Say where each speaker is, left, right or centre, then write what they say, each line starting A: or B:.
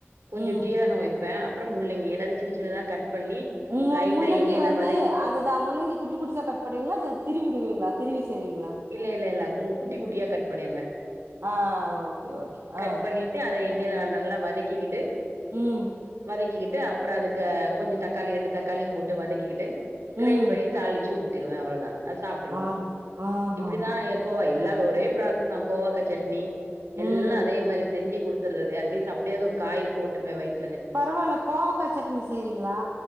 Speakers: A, on the right; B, on the right.
A: கொஞ்சோ
B: ம்
A: ஜீரகம் வைப்பே அப்றோ முள்ளங்கி எல்லாத்தையு சின்ன சின்னதா கட் பண்ணி
B: மு
A: லைட்டா
B: முள்ளங்கி
A: எண்ணெய்ல
B: வந்து
A: வதக்கி
B: அதுதா முள்ளங்கி குட்டி குட்டிஸா கட் பண்ணுவீங்ளா திருவிடுவீங்ளா திருவி செய்வீங்களா
A: இல்ல இல்ல இல்ல குட்டி குட்டியா கட் பண்ணிருவே
B: ஆ ஓகே ஓகே
A: கட்
B: ஆ
A: பண்ணி ட்டு அத எண்ணெயில நல்லா வதக்கிக்கிட்டு
B: ம்
A: வதக்கிக்கிட்டு அப்பறோ அதுக்கு கொஞ்சோ தக்காளி ரெண்டு தக்காளியு போட்டு வதக்கிக்கிட்டு கிரைண்ட்
B: ம்
A: பண்ணி தாளிச்சி ஊத்திருவே அவ்ளதா அத சாப்ருவோ
B: ஆ ஆஹஹா
A: இப்டிதா கோவா எல்லாமே ஒரே ப்ராசஸ் தா கோவாக்கா சட்னி எல்லா
B: ம்
A: அதே மாரி செஞ்சி குடுத்துட்றது அட்லீஸ் அப்டியாது ஒரு காயி போட்டுமே வயித்
B: பரவால்ல கோவக்கா சட்னி செய்றீங்ளா